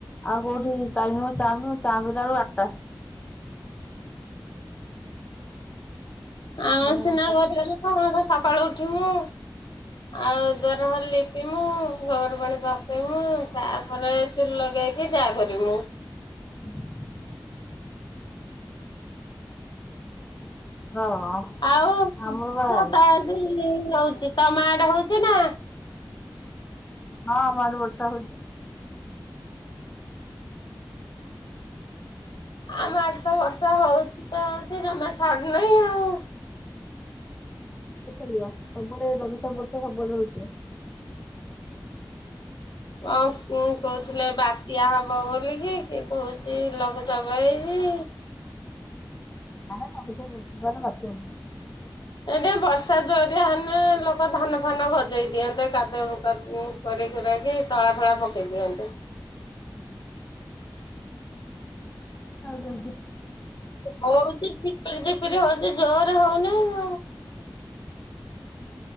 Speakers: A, on the left; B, on the left.
A: ଆଉ କୋଉଠି ଚାଲିବ ଚାଲୁ ଚାଲିଲା ବେଳକୁ ଆଟା।
B: ଆଉ
A: କାମ
B: ସିନା
A: ପୁଣି ସାରିକି
B: ତ ସକାଳୁ ଉଠି ମୁୁ ଆଉ ଦୁଆର ଘର ଲିପିମୁ ଗୋବର ପାଣି ପକେଇମୁ ତାପରେ ଚୁଲି ଲଗେଇକି ଯାହାକରି ମୁଁ।
A: ହୁଁ ହଁ।
B: ଆଉ
A: ଆମର ବା
B: ହଉଛି
A: ହଁ
B: ତମା ଆଦେ ହଉଛି ନା?
A: ହଁ ଭାରି ବର୍ଷା ହଉଛି। <inaudible>
B: ଆମଡେ ତ ବର୍ଷା ହଉଛି ତ ସେ ଜମା ଛାଡୁନାହିଁ ଆଉ।
A: ଛାଦିବ ସବୁଆଡେ ଲଗୁ ଚାପ ବର୍ଷ ସବୁଆଦେ ହଉଛିି।
B: ହଁ କ କହୁଥିଲେ ବାତ୍ୟା ହବ ବୋଲିକି କିଏ କହୁଛି ଲଘୁଚାପ ହେଇଛି।
A: ହାଡେ ମରୁ ଥିବେ ବହୁ ତୁ ପବନ ବାତ୍ୟା ରେ।
B: ଏ ମିତି ବର୍ଷା ଜୋରିଆ ହେଲେ ଲୋକ ଧାନ ଫାନ ଗଜେଇ ଦିଅନ୍ତେ କାଦୁ କରି ଖୁରାକି ତଳା ଫଳା ପକେଇ ଦିଅନ୍ତି।
A: ହଁ। ହ ହୁଁ।
B: ହଉଛି ଜିପିରି ଜିପିରୀ ହଉନି ଜୋରେ ହୋଉନେଇ।